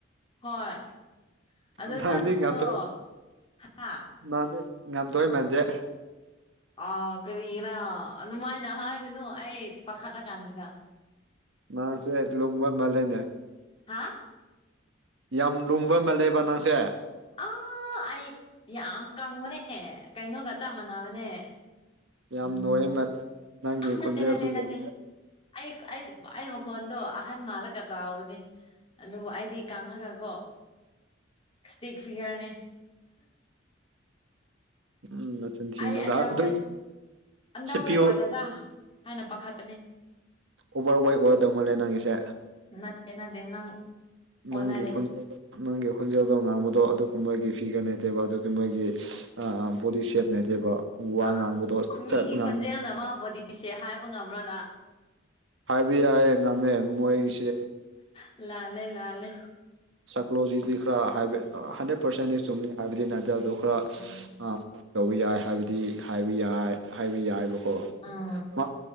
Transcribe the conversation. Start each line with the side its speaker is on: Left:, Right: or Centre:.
Left: ꯍꯣꯏ ꯑꯗꯨ
Right: ꯉ
Left: ꯆꯠꯄꯗꯣ
Right: ꯊ
Left: ꯍꯥ
Right: ꯃꯥꯟꯅꯦ ꯉꯝꯗꯣꯏ ꯃꯥꯟꯁꯦ
Left: ꯑꯥ ꯀꯔꯤꯒꯤꯔꯥ ꯑꯗꯨꯃꯥꯏꯅ ꯍꯥꯏꯒꯅꯨ ꯑꯩ ꯄꯥꯈꯠꯂ ꯀꯥꯟꯁꯤꯗ
Right: ꯃꯥꯁꯦ ꯂꯨꯝꯕ ꯃꯥꯜꯂꯦꯅꯦ
Left: ꯍꯥ
Right: ꯌꯥꯝ ꯂꯨꯝꯕ ꯃꯜꯂꯦꯕ ꯅꯪꯁꯦ
Left: ꯑꯥ ꯑꯩ ꯌꯥꯝ ꯀꯪꯕꯅꯦ ꯀꯩꯅꯣꯒ ꯆꯞ ꯃꯥꯟꯅꯕꯅꯦ
Right: ꯌꯥꯝ
Left: ꯎꯝ
Right: ꯅꯣꯏꯌꯦ ꯃꯥꯜꯂꯦ ꯅꯪꯒꯤ
Left: ꯑ ꯅ
Right: ꯈꯣꯟꯖꯦꯜꯁꯨ
Left: ꯇꯦ ꯅꯠꯇꯦ ꯅꯠꯇꯦꯛ
Right: ꯌꯥꯝ
Left: ꯑꯩ ꯑꯩ ꯃꯀꯣꯟꯗ ꯑꯍꯟ ꯃꯥꯂ ꯀꯆꯥ ꯍꯕꯅꯤꯅꯦ ꯑꯗꯨꯕꯨ ꯑꯩꯗꯤ ꯀꯥꯡꯉꯒ ꯀꯣ ꯏꯁꯇꯤꯛ ꯐꯤꯒꯔꯅꯦ
Right: ꯎꯝ ꯅꯆꯤꯟ ꯊꯤꯅꯣꯗ
Left: ꯑꯩ ꯑꯟꯗꯔ
Right: ꯑꯗꯨ
Left: ꯋꯦꯠ ꯑꯟꯗꯔ
Right: ꯁꯤ
Left: ꯋꯦꯠ
Right: ꯄꯤ
Left: ꯑꯣꯏꯒꯗ꯭ꯔꯥ
Right: ꯑꯣ
Left: ꯍꯥꯏꯅ ꯄꯥꯈꯠꯄꯅꯤ꯫
Right: ꯑꯣꯕꯔ ꯋꯦꯠ ꯑꯣꯏꯔꯗꯧ ꯃꯥꯜꯂꯦ ꯅꯪꯒꯤꯁꯦ꯫
Left: ꯅꯠꯇꯦ ꯅꯠꯇꯦ ꯅꯪ ꯑꯣꯟꯅꯔꯦ
Right: ꯅꯪꯒꯤ ꯈꯣꯟꯖꯦꯜ ꯅꯪꯒꯤ ꯈꯣꯟꯖꯦꯜꯗꯣ ꯉꯥꯡꯕꯗꯣ ꯑꯗꯨꯒꯨꯝꯕꯒꯤ ꯐꯤꯒꯔ ꯅꯠꯇꯦꯕ ꯑꯗꯨꯒꯨꯝꯕꯒꯤ ꯕꯣꯗꯤ ꯁꯦꯞ <unintelligible>
Left: ꯑ
Right: ꯉꯥꯡꯕꯗꯣ ꯁꯠ
Left: ꯃꯤꯒꯤ
Right: ꯁꯠ ꯉꯥꯡ
Left: ꯈꯣꯟꯖꯦꯜꯅ ꯃꯥ ꯕꯣꯗꯤ ꯁꯦꯕ ꯍꯥꯏꯕ ꯉꯝꯕ꯭ꯔ ꯅꯪ꯫
Right: ꯍꯥꯏꯕ ꯌꯥꯏꯌꯦ ꯉꯝꯃꯦ ꯃꯣꯏꯒꯤꯁꯦ
Left: ꯂꯥꯜꯂꯦ ꯂꯥꯜꯂꯦ꯫
Right: ꯁꯥꯏꯀꯣꯂꯣꯖꯤꯗꯤ ꯈꯔ ꯍꯟꯗ꯭ꯔꯦꯠ ꯄꯥꯔꯁꯦꯟꯗꯤ ꯆꯨꯝꯅꯤ ꯍꯥꯏꯕꯗꯤ ꯅꯠꯇꯦ ꯑꯗꯨ ꯈꯔ
Left: ꯎꯝ
Right: ꯑ ꯇꯧꯕ ꯌꯥꯏ ꯍꯥꯏꯕꯗꯤ ꯍꯥꯏꯕ ꯌꯥꯏ ꯍꯥꯏꯕ ꯌꯥꯏꯕ ꯑꯣ
Left: ꯎꯝ